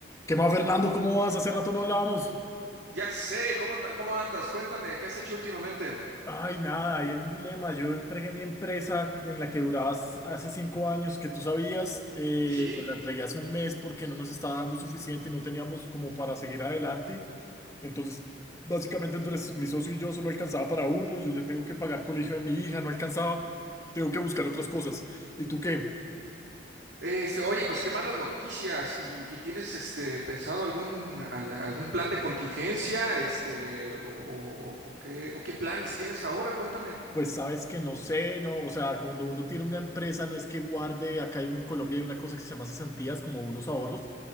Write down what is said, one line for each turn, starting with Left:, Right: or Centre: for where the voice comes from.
Left: ¿Qué más, Fernando? ¿Cómo vas? Hace rato no hablábamos.
Right: Ya sé, ¿cómo anda- cómo andas? Cuéntame, ¿qué has hecho últimamente?
Left: Ay, nada, hay un dilema. Yo entregué mi empresa en la que durabas hace cinco años, que tú sabías, eh,
Right: Sí.
Left: pues la entregué hace un mes porque no nos estaba dando suficiente y no teníamos como para seguir adelante. Entonces, básicamente entre s- mi socio y yo solo alcanzaba para uno. Yo ya tengo que pagar colegio de mi hija, no alcanzaba. Tengo que buscar otras cosas. ¿Y tú qué?
Right: Este, oye, pues qué más las noticias. ¿Y, y tienes este pensado algún al- algún plan de contingencia? Este, o, o- o qué o qué planes tienes ahora? Cuéntame.
Left: Pues sabes que no sé, no, o sea, cuando uno tiene una empresa no es que guarde, acá hay un- en Colombia hay una cosa que se llama cesantías, como unos ahorros,